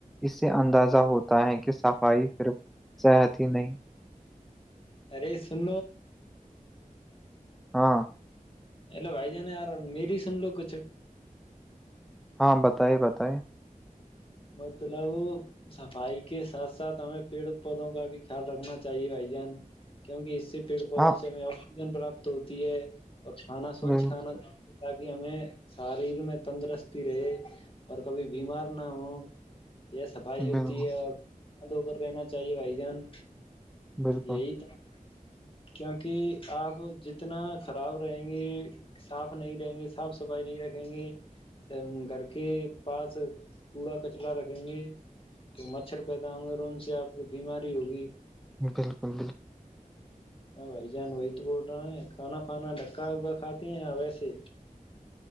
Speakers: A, in the centre; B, on the left.
A: اس سے اندازہ ہوتا ہے کہ صفائی صرف صحت ہی نہیں
B: ارے سن
A: ہاں
B: ا ل بھائی ج نے ار میری سن لو کچھ
A: ہاں بتائیے بتے
B: مطلب صفائی کے ساتھ ساتھ ہمیں پیڑ پودوں کا بھی خیال رکھنا چاہیے بھائی جان کیونکہ اس سے پیڑ پودوں
A: ہاں
B: سے ہمیں آکسیجن پراپت ہوتی ہے اور کھانا سوچھ
A: بالکل
B: کھانا تاکہ ہمیں شاریر میں تندرستی رہے اور کبھی بیمار نہ ہوں یہ صفائی
A: بالکل
B: ہوتی ہے اور ہاتھ دھ کر رہنا چاہیے بھائی جان
A: بالکل
B: یہی تو کیونکہ آپ جتنا خراب رہیں گے صاف نہیں رہیں گے صاف صفائی نہیں رکھیں گے س گھر کے پاس کوڑا کچرا رکھیں گے تو مچھر پیدا ہوں گے اور ان سے آپ کی بیماری ہوگی
A: بالکل بالکل
B: ہاں بھائی جان وہی تو بول رہا ہیں کانا پھانا ڈھکا ہوا کھاتے ہیں ویسے